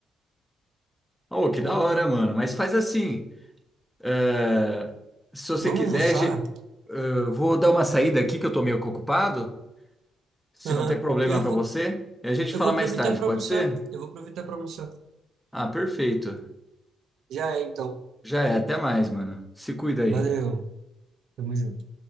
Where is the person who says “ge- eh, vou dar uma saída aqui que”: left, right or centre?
Centre